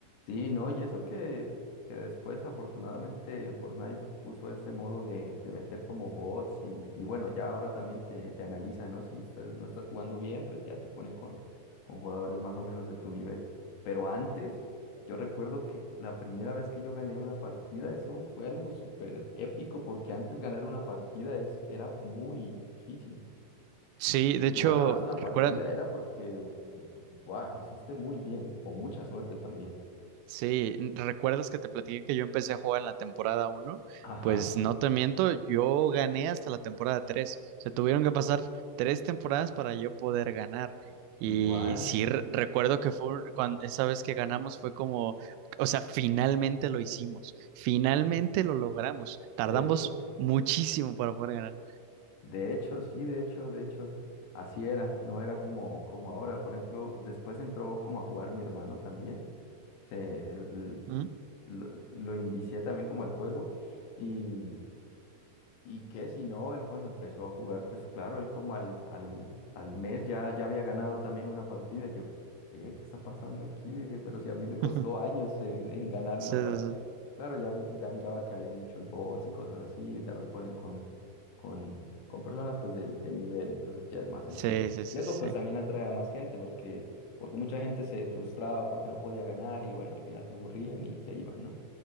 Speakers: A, on the left; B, on the right.
A: Sí, no, y eso que, que después afortunadamente Fortnite puso ese modo de, de meter como bots y, y bueno, ya ahora también te, te analiza, ¿no? Si estás- no estás jugando bien, pues ya te pone con, con jugadores más o menos de tu nivel. Pero antes, yo recuerdo que la primera vez que yo gané una partida, eso fue algo súper épico porque antes ganar una partida es, era muy difícil.
B: Sí,
A: Si
B: de
A: tú
B: hecho,
A: ganabas una
B: recuerda
A: partida era porque, buah, lo hiciste muy bien o mucha suerte también.
B: Sí, ¿recuerdas que te platiqué que yo empecé a jugar en la temporada uno,
A: Ajá.
B: Pues no te miento, yo gané hasta la temporada 3. Se tuvieron que pasar tres temporadas para yo poder ganar. Y
A: Igual,
B: sí, re- recuerdo que fue un- cuan- esa vez que ganamos fue como, o sea, finalmente lo hicimos, finalmente lo logramos. Tardamos
A: de hecho,
B: muchísimo para poder ganar.
A: de hecho, sí, de hecho, de hecho, así era, no era como, como ahora. Por ejemplo, después entró como a jugar mi hermano también, se, el- el-
B: ¿Mm?
A: lo, lo invicié también como al juego y Y que si no, él cuando empezó a jugar, pues claro, él como al, al, al mes ya, ya había ganado también una partida. Y yo, ¿qué? ¿Qué está pasando aquí? Dije, pero si a mí me costó
B: <laughs>
A: años en, en ganar
B: Sí,
A: una partida.
B: sí,
A: Claro, ya, ya miraba que había muchos bots y cosas así, y ya los ponen con, con, con personas pues del, del nivel, entonces ya es más sencillo.
B: sí, sí, sí,
A: Y eso
B: sí, sí.
A: pues también atrae a más gente, porque, porque mucha gente se frustraba porque no podía ganar y bueno, al final se aburrían y se iban, ¿no?